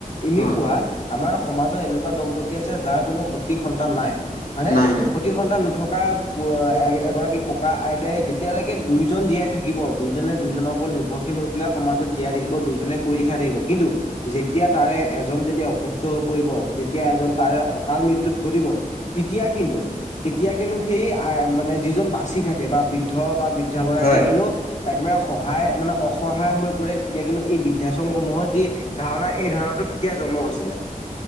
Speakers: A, on the left (about 50°); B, on the left (about 85°).
A: এনেকুৱা
B: হয়
A: আমাৰ সমাজত এনেকুৱা দম্পতি আছে যাৰ কোনো সতি সন্তান নাই। হয়নে,
B: নাই নাই
A: সতি সন্তান নথক <unintelligible> এ- এগৰাকী ককা আইতাই যেতিয়ালৈকে দুইজন জীয়াই থাকিব দুইজনে দুইজনৰ নিৰ্ভৰশীল হৈ পেলাই সমাজত জীয়াই থাকিব দুইজনে কৰি খাই থাকিব কিন্তু যেতিয়া তাৰে এজন যেতিয়া অসুবিধ সুস্থ হৈ পৰিব যেতিয়া এজন তাৰে অকাল মৃত্যুত ঘটিব তেতিয়া কিন্তু তেতিয়া কিন্তু সেই আ মানে যিজন বাচি থাকে বা বৃদ্ধ বা বৃদ্ধাগৰাকীয়ে
B: হয়
A: কিন্তু একেবাৰে সহায় মানে অসহায় হৈ পৰে তেতিয়া কিন্তু এই বৃদ্ধাশ্ৰম সমূহৰ যি ধাৰণা এই ধাৰণাটো তেতিয়া জন্ম হৈছিলে।